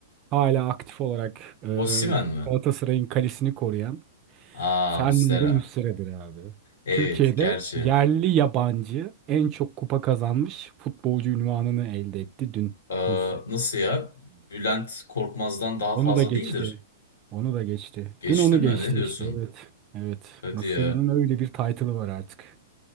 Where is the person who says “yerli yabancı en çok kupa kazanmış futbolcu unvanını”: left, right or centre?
Right